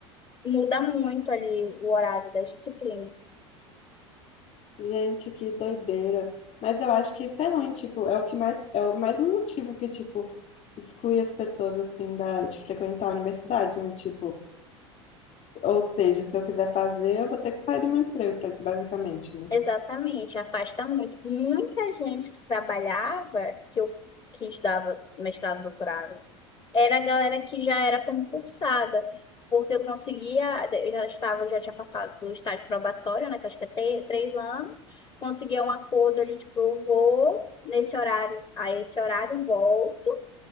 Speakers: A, on the left; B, on the left.
A: muda muito ali o horário das disciplinas.
B: Gente, que doideira. Mas eu acho que isso é ruim, tipo, é o que mais, é o- mais um motivo que, tipo, exclui as pessoas, assim, da, de frequentar a universidade, né? Tipo, ou seja, se eu quiser fazer, eu vou ter que sair do meu emprego, pra- basicamente, né?
A: Exatamente, afasta muito. Muita gente que trabalhava, que eu que estudava mestrado, doutorado, era a galera que já era concursada, porque eu conseguia, eu já estava, já tinha passado do estágio probatório, né, que eu acho que é te- três anos, conseguia um acordo, ele tipo, eu vou nesse horário, a esse horário volto,